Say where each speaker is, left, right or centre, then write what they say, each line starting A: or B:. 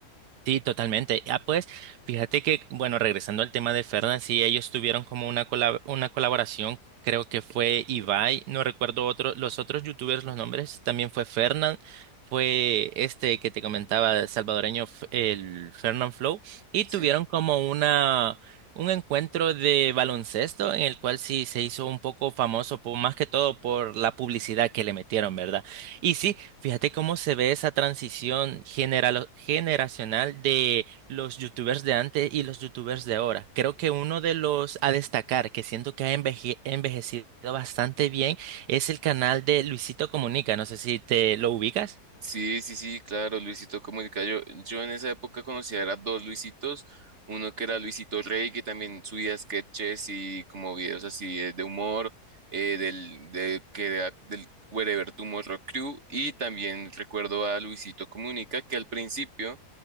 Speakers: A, on the right (about 80°); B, on the right (about 45°).
A: Sí, totalmente. Ah, pues, fíjate que, bueno, regresando al tema de Fernan, sí, ellos tuvieron como una colab- una colaboración, creo que fue Ibai, no recuerdo otro, los otros youtubers, los nombres, también fue Fernan, fue este que te comentaba, el salvadoreño, F- el Fernan Flow, y
B: Sí.
A: tuvieron como una, un encuentro de baloncesto en el cual sí se hizo un poco famoso, po- más que todo por la publicidad que le metieron, ¿verdad? Y sí, fíjate cómo se ve esa transición generalo- generacional de los youtubers de antes y los youtubers de ahora. Creo que uno de los a destacar, que siento que ha enveje- envejecido bastante bien, es el canal de Luisito Comunica. No sé si te lo ubicas.
B: Sí, sí, sí, claro, Luisito Comunica. Yo, yo en esa época conocía era dos Luisitos, uno que era Luisito Rey, que también subía sketches y como videos así de, de humor, eh, del, de, que era del Wherever Tomorrow Crew, y también recuerdo a Luisito Comunica, que al principio,